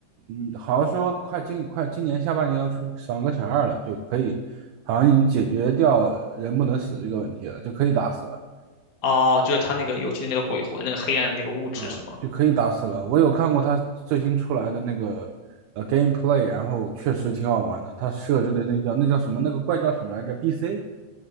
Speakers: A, on the right (about 75°); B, on the left (about 40°).
A: 嗯，好像说快今快今年下半年要出爽个选二了，就可以，好像已经解决掉人不能死这个问题了，就可以打死了，
B: 哦，就是他那个游戏的那个鬼魂，那个黑暗的那个物质，
A: 嗯，
B: 是吗？
A: 就可以打死了。我有看过他最新出来的那个呃 gameplay，然后确实挺好玩的。他设置的那叫那叫什么那个怪叫什么来着？BC